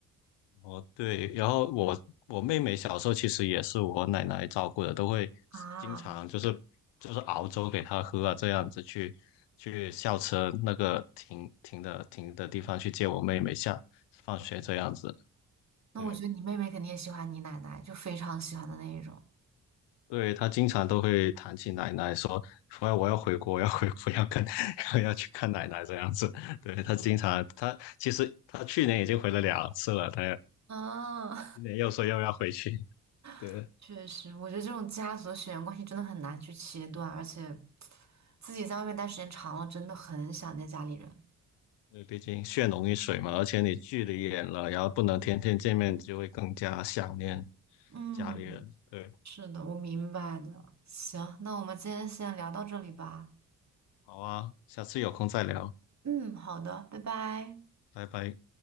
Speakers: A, on the left (about 65°); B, on the right (about 35°).
A: 哦，对，然后我我妹妹小时候其实也是我奶奶照顾的，都会经常就是就是熬粥给她喝啊，
B: 啊，
A: 这样子去去校车那个停停的停的地方去接我妹妹下放学这样子。
B: 那我觉得你妹妹肯定也喜欢你奶奶，
A: 对，
B: 就非常喜欢的那一种。
A: 对，她经常都会谈起奶奶说，我哎我要回国，我要回国，要跟 <laughs> 要去看奶奶这样子。对，她经常，她其实她去年已经回了两次了，她
B: 嗯，
A: 今年又说又要回去。对，
B: <laughs> 确实，我觉得这种家族的血缘关系真的很难去切断，而且自己在外面待时间长了，真的很想念家里人。
A: 因为毕竟血浓于水嘛，而且你距离远了，然后不能天天见面，就会更加想念
B: 嗯，
A: 家里人。对，
B: 是的，我明白的。行，那我们今天先聊到这里吧。
A: 好啊，下次有空再聊，
B: 嗯，好的，拜拜。
A: 拜拜。